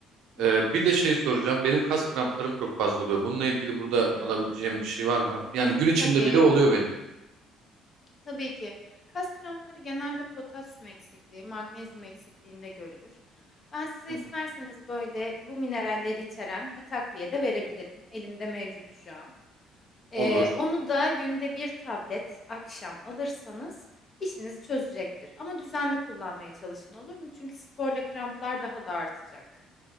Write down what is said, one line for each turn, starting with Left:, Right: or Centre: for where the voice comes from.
Left: Hı
Right: Ee,
Left: hı.
Right: bir de şey soracağım. Benim kas kramplarım çok fazla oluyor. Bununla ilgili burada
Left: Hmm.
Right: alabileceğim bir şey var mı? Yani gün içinde
Left: Tabii.
Right: bile oluyor benim.
Left: Tabii ki. Kas krampları genelde potasyum eksikliği, magnezyum eksikliğinde görülür. Ben size
Right: Hı hı.
Left: isterseniz böyle bu mineralleri içeren bir takviye de verebilirim. Elimde mevcut şu an.
Right: Olur.
Left: Ee, onu da günde bir tablet akşam alırsanız işinizi çözecektir. Ama düzenli kullanmaya çalışın olur mu? Çünkü sporla kramplar daha da artacak.